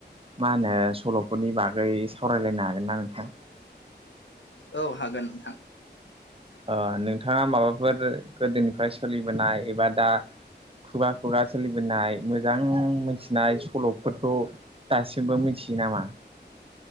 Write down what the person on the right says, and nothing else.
मा होनो सल'फोरनि बागै सावरायलायनो हागोन ना नोंथां?
ओ नोंथाङा माबाफोर गोदोनिफ्राय सोलिबोनाय एबा दा खुगा खुगा सोलिबोनाय मोजां मिथिनाय सल'फोरखौ दासिमबो मिथियो नामा